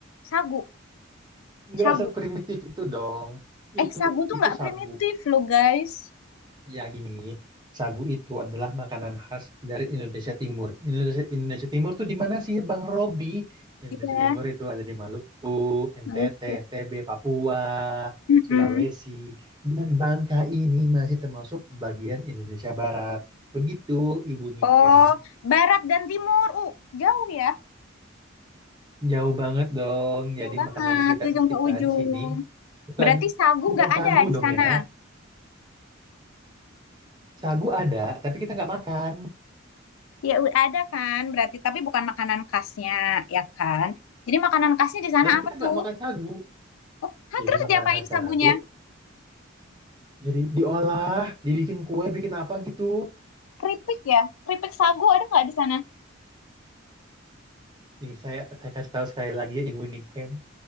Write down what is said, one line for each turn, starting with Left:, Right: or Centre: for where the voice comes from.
Left: sagu,
Right: Nggak
Left: sagu.
Right: seprimitif itu dong.
Left: Eh,
Right: Itu,
Left: sagu tuh
Right: itu
Left: nggak
Right: sagu.
Left: primitif loh guys.
Right: Ya gini, sagu itu adalah makanan khas dari Indonesia Timur. Indonesia, Indonesia Timur tuh di mana sih Bang Robi? Indonesia
Left: Iya.
Right: Timur itu ada di Maluku, NTT,
Left: Maluku.
Right: NTB, Papua,
Left: Mm-mm.
Right: Sulawesi, dan Bangka ini masih termasuk bagian Indonesia Barat. Begitu, Ibu Niken.
Left: Oh, barat dan timur. Uh, jauh ya.
Right: Jauh banget dong.
Left: Jauh
Right: Jadi
Left: banget,
Right: makanan di kita,
Left: ujung
Right: di kita
Left: ke ujung.
Right: di sini bukan
Left: Berarti sagu
Right: bukan
Left: nggak
Right: sagu
Left: ada di
Right: dong
Left: sana.
Right: ya. Sagu ada, tapi kita nggak makan.
Left: Ya, u- ada kan. Berarti, tapi bukan makanan khasnya, ya kan? Jadi makanan khasnya di sana
Right: Dan
Left: apa
Right: kita nggak
Left: tuh?
Right: makan sagu.
Left: Oh, hah,
Right: Jadi
Left: terus
Right: makanan
Left: diapain
Right: khas sana
Left: sagunya?
Right: tuh Jadi diolah, dibikin kue, bikin apa gitu.
Left: Keripik ya? Keripik sagu ada nggak di sana?
Right: Nih saya saya kasih tahu sekali lagi ya Ibu Niken.